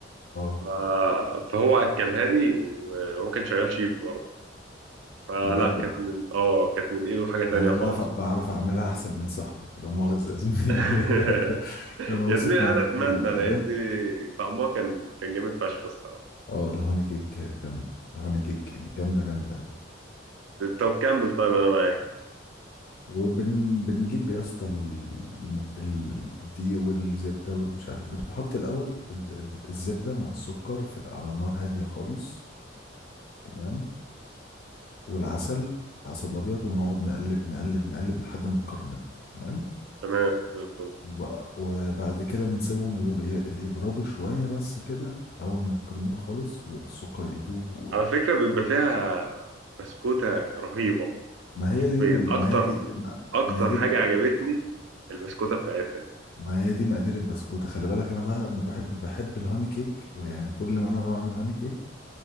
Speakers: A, on the left (about 55°); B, on the right (about 80°).
A: اه
B: ف... فهو اكلها لي وهو كان شغال شيف برضه فلا
A: بجد
B: كانت
A: والله
B: من اه كانت من ايده حاجة تانية
A: انا
B: خالص
A: بعرف بعرف اعملها احسن من صاحبك لا مؤاخذة يا زميلي
B: <laughs>
A: <laughs> انا واثق
B: يا زميلي
A: من
B: انا
A: المنتج
B: اتمنى
A: بتاعي
B: لان طعمها كان كان جامد فشخ الصراحه
A: اه الهوني كيك جامدة الهوني كيك جامدة جامدة يعني
B: طب كمل طيب انا معاك
A: وبنجيب يا اسطى ال- المك... ال- الدقيق والزبدة والمش عارف بنحط الأول ال... ال- الزبدة مع السكر في على نار هادية خالص تمام والعسل العسل الأبيض ونقعد نقلب نقلب نقلب لحد ما تكرمله تمام
B: تمام زي الفل
A: وب- وبعد كده بنسيبهم يدوب- ي- يبردوا شوية بس كده أول ما يتكرملوا خالص والسكر يدوب وال...
B: على فكره بيبقى فيها بسكوته رهيبه
A: ما هي
B: حرفياً.
A: دي لل...
B: اكتر
A: ما هي دي ما...
B: اكتر
A: ما هي دي
B: حاجه
A: ال-
B: عجبتني البسكوته بتاعتها دي
A: ما هي دي مقادير البسكوتة خلي بالك أنا بقى ما بحب بحب الهوني كيك يعني كل ما أنا بعمل هوني كيك